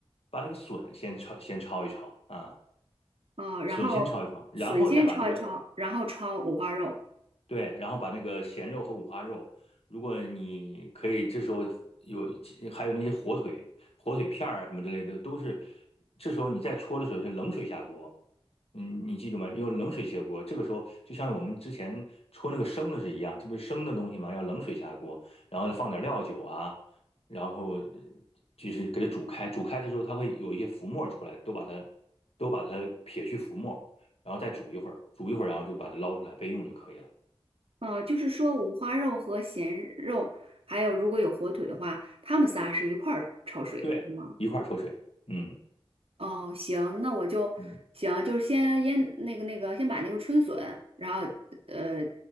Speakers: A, on the left (about 75°); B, on the right (about 70°).
A: 把那个笋先焯，先焯一焯啊，
B: 啊、然后笋先焯一焯，
A: 笋先焯一焯，然后再把这个
B: 然后焯五花肉。
A: 对，然后把那个咸肉和五花肉，如果你可以，这时候有还有那些火腿、火腿片儿啊什么之类的，都是这时候你再焯的时候是冷水下锅嗯，你记住吗？用冷水下锅，这个时候就像我们之前搓那个生的是一样，这不是生的东西吗？要冷水下锅，然后放点料酒啊，然后呃就是给它煮开。煮开的时候，它会有一些浮沫出来，都把它都把它撇去浮沫，然后再煮一会儿，煮一会儿，然后就把它捞出来备用就可以了。
B: 呃，就是说五花肉和咸肉，还有如果有火腿的话，它们仨是一块儿焯水，
A: 对，
B: 是吗？
A: 一块儿焯水。嗯
B: 哦，行，那我就行，
A: 嗯，
B: 就是先腌那个那个，先把那个春笋，然后呃